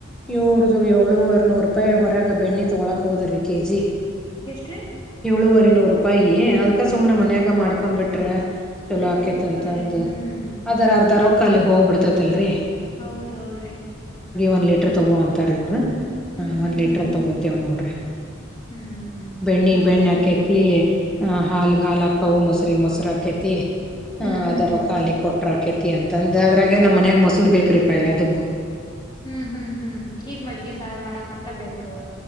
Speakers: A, in the centre; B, on the left.
A: ಇವ್ರದು ಏಳೂವ ನೂರು ರೂಪಾಯಿ ಹೊರಗ ಬೆಣ್ಣಿ ತೊಗೊಕ್ ಹೋದ್ರೀ ಕೆಜಿ
B: ಎಷ್ಟ್ರೀ
A: ಏಳೂುವರಿ ನೂರು ರೂಪಾಯಿ ಅದ್ಕ ಸುಮ್ನೆ
B: ಹ್ಮ್
A: ಮನ್ಯಾಗ
B: ಹ್ಮ್ ಹ್ಮ್
A: ಮಾಡ್ಕೊ ಬಿಿಟ್ರ ಚಲೋ
B: ಏ
A: ಆಕೇತ್
B: ಹೌದ್
A: ಅಂತಂದ
B: ಬಿಡ್ರಿ ಹ್ಮ್
A: ಅದರ ಅರ್ಧ ರ ಕಾಲಗ್ ಹೋಗ್ಬಡ್ತೈತಲ್ರರಿ
B: ಹೌದೌದ್ರಿ
A: ಒನ್ಿ ಇ ತಗೋ ಅಂತಾರೆ ಇವ್ರು
B: ಹ್ಮ್
A: ಹ
B: ಹ್ಮ್
A: ಒಂದ್ ಲೀಟ್ರ
B: ಹ್ಮ್
A: ತಗೋತೇವ ನೋಡ್ರಿ
B: ಹ್ಮ್
A: ಬೆಣ್ಣಗ್
B: ನಾವು
A: ಬೆಣ್ಣ ಹಕೇತಿ ಹ ಹಾಲ್ ಹಾ ಹಾಕವು ಮೊಸರಿ ಮೊಸರು ಹಾಕೇತಿ ಹ
B: ಹ್ಮ್ ಹ್ಮ್
A: ಅದರ
B: ಹ್ಮ್
A: ಖಾಲಿ ಕೊಟ್ರಾಕಿತಿ ಅಂತಂದ ಅ್ರಾಗೆ ನಮ್ಮ ಮನ್ಯಾಗ ಮೊೂರ್ ಬೇಕ್ರೀಪಾ ಎಲ್ಲ ಅದಕ್ಕೂ
B: ಹ್ಮ್ ಹ್ಮ್ ಹ್ಮ್ ಈಗ ಮಜ್ಗಿ ಸಾರು ಮಾಡಕಂತ ಬೇಕು